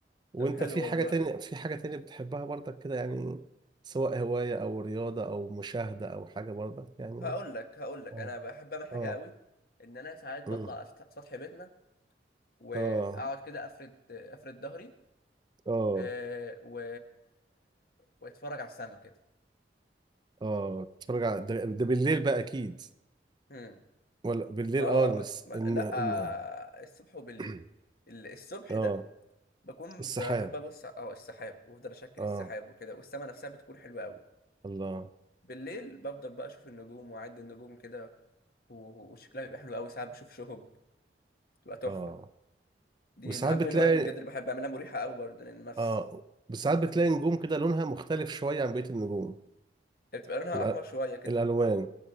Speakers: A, on the right; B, on the left.
A: وانت
B: طب حلو
A: في
B: والله
A: حاجة تانية في حاجة تانية بتحبها برضك كده يعني سواء هواية أو رياضة أو مشاهدة أو حاجة برضك يعني
B: هقول لك هقول لك
A: اه
B: انا بحب اعمل حاجة
A: اه
B: قوي ان انا ساعات بطلع
A: مم.
B: على سطح سطح بيتنا واقعد
A: اه
B: كده افرد افرد ظهري
A: اه
B: آه، و... واتفرج على السما كده
A: اه بتفرج على ده, ده بالليل بقى اكيد
B: امم
A: ولا بالليل
B: ما اه
A: اه الس-
B: ما لا
A: ان انها
B: آه، الصبح وبالليل
A: <clears throat>
B: ال- الصبح
A: اه
B: ده بكون
A: السحاب
B: بحب ابص اه السحاب وافضل اشكل
A: اه
B: السحاب وكده والسما نفسها بتكون حلوه قوي
A: الله
B: بالليل بفضل بقى اشوف النجوم واعد النجوم كده و- و- وشكلها بيبقى حلو قوي ساعات بشوف شهب بتبقى تحفه
A: اه
B: دي
A: وساعات
B: من اجمل
A: بتلاقي
B: الهوايات بجد اللي بحب اعملها مريحه قوي برضه للنفس
A: اه وساعات بتلاقي نجوم كده لونها مختلف شوية عن بقية النجوم
B: هي بتبقى لونها
A: الأ-
B: احمر شويه كده
A: الألوان